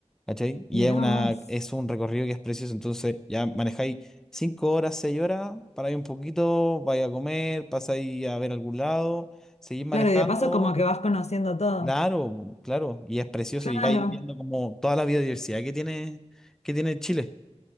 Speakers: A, in the centre; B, on the left.
A: ¿Cachai? Y
B: Mirá
A: es, una,
B: vos.
A: es un recorrido que es precioso. Entonces ya manejáis cinco horas, seis horas, paráis un poquito, vais a comer, pasáis a ver algún lado, seguís manejando.
B: Claro, y de paso como que vas conociendo todo.
A: Claro, claro. Y es precioso.
B: Claro.
A: Y vais viendo como toda la biodiversidad que tiene, que tiene Chile.